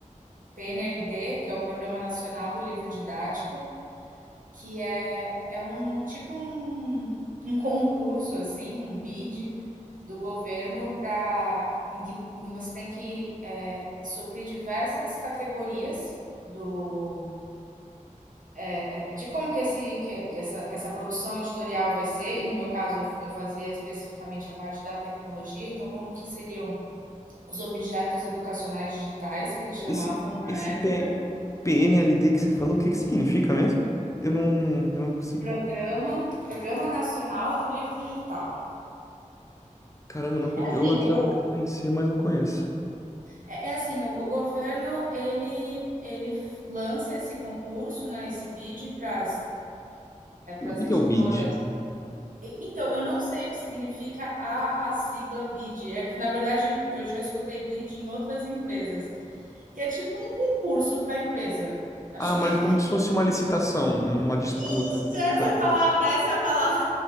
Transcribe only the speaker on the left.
Esse,
esse
P- PNLD que você falou, o que que significa mesmo? Eu não, eu não consigo.
Caramba, não, con-
eu achava
que
conhecia, mas não conheço.
O
que
que é o BID?
Ah, mas
como se fosse uma licitação, uma disputa.
ali,
Tá,